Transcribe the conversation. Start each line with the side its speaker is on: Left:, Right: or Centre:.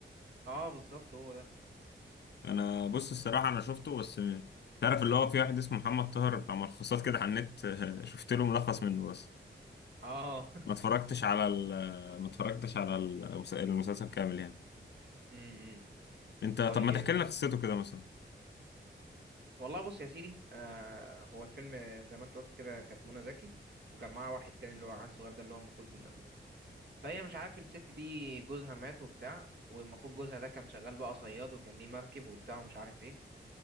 Right: اه بالظبط هو ده
Left: انا بص الصراحه انا شفته بس تعرف اللي هو في واحد اسمه محمد طاهر بتاع ملخصات كده على النت <laughs> شفت له ملخص منه بس
Right: اه <laughs>
Left: ما اتفرجتش على ال ما اتفرجتش على المس- المسلسل كامل يعني
Right: م- م.
Left: انت طب
Right: طيب
Left: ما تحكي لنا قصته كده مثلا
Right: والله بص يا سيدي آه هو الفيلم زي ما انت قلت كده كانت منى زكي وكان معاها واحد تاني اللي هو عيل صغير ده اللي هو المفروض إن- فهي مش عارف الست دي جوزها مات وبتاع والمفروض جوزها ده كان شغال بقى صياد وكان ليه مركب وبتاع ومش عارف ايه